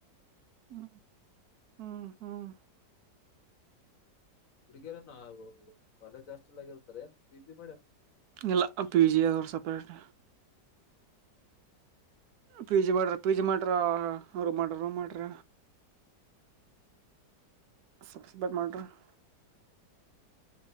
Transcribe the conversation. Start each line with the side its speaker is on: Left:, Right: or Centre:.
Right: ಹ್ಮ್ ಹ್ಮ್ ಹ್ಮ್
Left: ಹುಡುಗಿಯರನ ಕಾಲೇಜ್ ಹಾಸ್ಟೆಲ್ ಆಗಿರ್ತಾರೆ ಏ ಪಿ ಜಿ ಮಾಡ್ಯಾರ
Right: ಇಲ್ಲ ಪಿ ಜಿ ಸೆಪರೇಟ್ ಪೀಜಿ ಮಾಡ್ರ ಪೀಜಿ ಮಾಡ್ರೂ ಮಾಡ್ರ ರೂ ಮಾಡ್ರ ಸಪ್ಪ ಸಪ ಮಾಡಡರ್ <unintelligible>